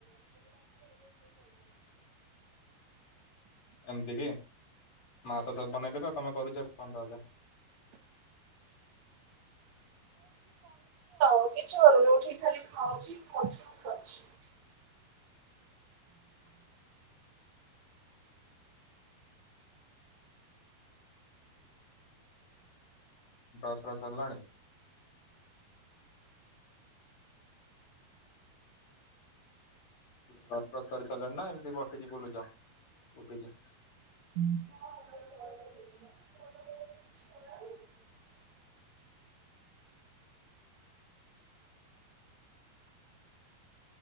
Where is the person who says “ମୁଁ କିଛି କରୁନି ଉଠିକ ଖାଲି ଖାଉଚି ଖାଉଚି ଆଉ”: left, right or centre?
Right